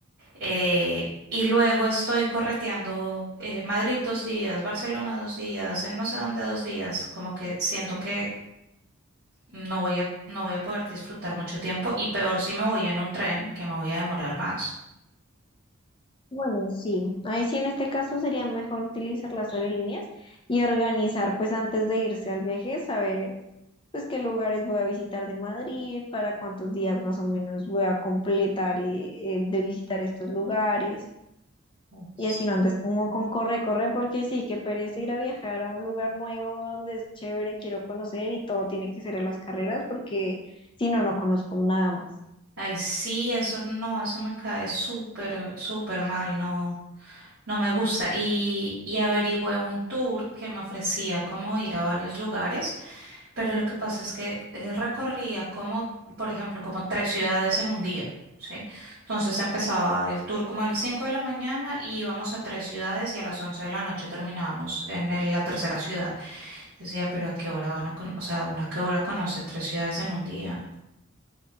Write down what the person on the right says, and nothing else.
Eh, y luego estoy correteando eh, Madrid dos días, Barcelona dos días, en no sé dónde dos días. Como que siento que no voy a, no voy a poder disfrutar mucho tiempo y peor si me voy en un tren, que me voy a demorar más.
Pues,
Ay, sí, eso no, eso me cae súper, súper mal, no, no me gusta. Y, y averigüé un tour que me ofrecía como ir a varios lugares Pero lo que pasa es que eh, recorría como, por ejemplo, como tres ciudades en un día, ¿sí? Entonces empezaba el tour como a las 5 de la mañana y íbamos a tres ciudades y a las 11 de la noche terminábamos en el- la tercera ciudad. Decía, pero ¿a qué hora van a conocer? O sea, ¿una a qué hora conoce tres ciudades en un día?